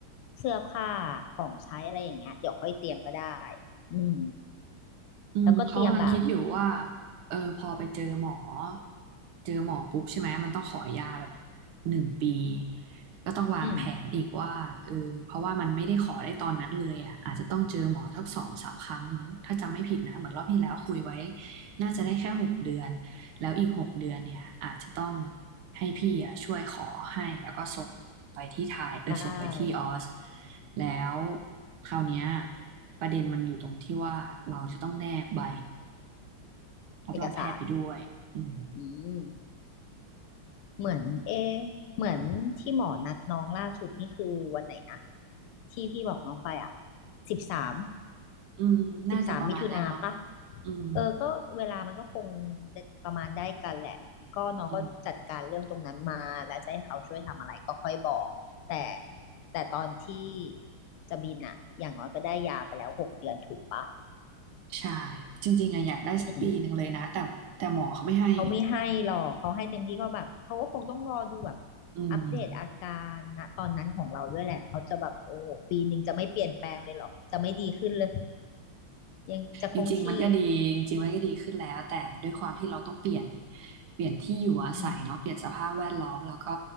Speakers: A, on the left; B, on the right.
A: เสื้อผ้าของใช้อะไรอย่างเงี้ยเดี๋ยวค่อยเตรียมก็ได้อืม
B: อืมเขากำลังคิดอยู่ว่า
A: แล้วก็เตรียมแบบ
B: เออพอไปเจอหมอ เจอหมอปุ๊บใช่ไหมมันต้องขอยาแบบหนึ่งปี ก็ต้องวางแผนอีกว่าเออเพราะว่ามันไม่ได้ขอได้ตอนนั้นเลยอ่ะ
A: อืม
B: อาจจะต้องเจอหมอสักสองสามครั้งมั้ง ถ้าจำไม่ผิดนะ เหมือนรอบที่แล้วคุยไว้ น่าจะได้แค่หกเดือน แล้วอีกหกเดือนเนี่ยอาจจะต้องให้พี่อ่ะช่วยขอให้แล้วก็ส่งไปที่ไทยเออส่งไปที่ออส
A: ได้
B: แล้วคราวเนี้ยประเด็นมันอยู่ตรงที่ว่าเราจะต้องแนบใบรับรองแพทย์ไปด้วยอืม
A: เอกสารอืม เหมือนเอะเหมือนที่หมอนัดน้องล่าสุดนี่คือวันไหนนะที่พี่บอกน้องไปอ่ะสิบสาม
B: อืมน่าจะประมาณนั้นมั้ง
A: สิบสามมิถุนาปะ
B: อืม
A: เออก็เวลามันก็คงประมาณได้กันแหละก็น้องก็จัดการเรื่องตรงนั้นมาแล้วจะให้เขาช่วยทำอะไรก็ค่อยบอกแต่
B: อืม
A: แต่ตอนที่จะบินอ่ะอย่างน้อยก็ได้ยาไปแล้วหกเดือนถูกปะ
B: ใช่จริงๆอะอยากได้สักปีหนึ่งเลยนะแต่แต่หมอเขาไม่ให้
A: อืม เขาไม่ให้หรอกเขาให้เต็มที่ก็แบบเขาก็คงต้องรอดูแบบ
B: <laughs> อืม
A: อัปเดตอาการณตอนนั้นของเราด้วยแหละเขาจะแบบโอ้ปีหนึ่งจะไม่เปลี่ยนแปลงเลยเหรอจะไม่ดีขึ้นเลยยังจะคงที่
B: จริงๆมันก็ดีจริงๆมันก็ดีขึ้นแล้วแต่ด้วยความที่เราต้องเปลี่ยนเปลี่ยนที่อยู่อาศัยเนาะเปลี่ยนสภาพแวดล้อมแล้วก็
A: อือฮึ